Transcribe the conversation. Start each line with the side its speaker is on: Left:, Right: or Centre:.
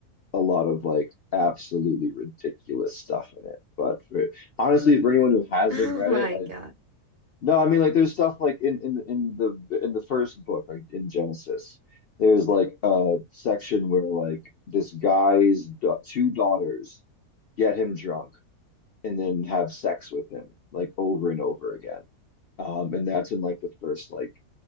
Left: a lot of like absolutely ridiculous stuff in it. But for, Honestly, for anyone who hasn't
Right: Oh
Left: read
Right: my
Left: it,
Right: God.
Left: no, I mean like there's stuff like in in in the in the first book, like in Genesis, there's like a section where like this guy's da two daughters get him drunk and then have sex with him like over and over again. Um, and that's in like the first like